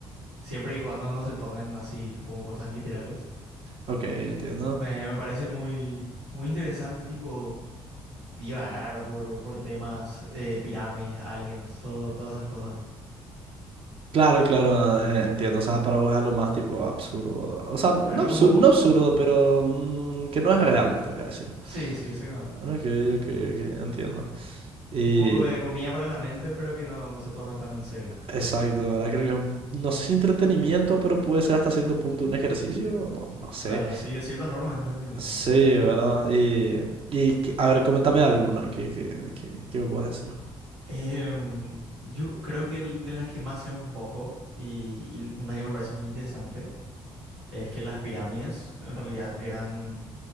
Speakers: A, on the right; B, on the right.
A: siempre y cuando no se tomen así como cosas literales.
B: Ok, entiendo.
A: Me, me parece muy, muy interesante, tipo, divagar por, por temas, eh, pirámides, aliens, todo, todas esas cosas.
B: Claro, claro, eh, entiendo. O sea, para vos es lo más tipo absurdo. O sea, no
A: Claro,
B: absurdo,
A: como...
B: no absurdo, pero mm, que no es real, te voy a decir.
A: Sí, sí, exactamente.
B: Ok, ok, ok, entiendo. Y
A: Un poco de comida para la mente, pero que no, no se tome tan en serio.
B: exacto, ¿verdad? Creo que es un- no sé si entretenimiento, pero puede ser hasta cierto punto un ejercicio, no, no sé.
A: Claro, sí, de cierta forma es entretenimiento.
B: Sí, ¿verdad? Y, y que- a ver, coméntame alguna que, que, que, que me puedas decir.
A: Em, yo creo que el- de las que más sé un poco, y y una que me parece muy interesante. es que las pirámides en realidad eran